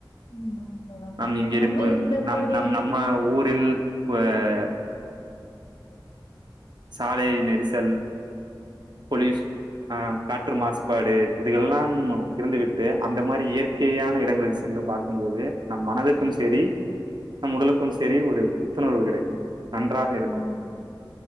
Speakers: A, on the left (about 75°); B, on the right (about 60°).
A: ஆமாங்க தோழா.
B: நம் இங்க
A: நம்ம
B: இருக்கும்
A: இந்த மாரி
B: நம் நம் நம்ம ஊரில் <unintelligible> சாலை நெரிசல் பொலியூஷன் ஆஹ் காற்று மாசுபாடு இதுங்கெல்லாம் இறந்து விட்டு ட்டு அந்த மாதிரி இயற்கையான இடங்களில் சென்று பாக்கும் போது நம் மனதிற்கும் செரி நம் உடலுக்கும் செரி ஒரு புத்துணர்வு கிடைக்கும் நன்றாக இருக்கும்
A: ஆமாங்க தோழா.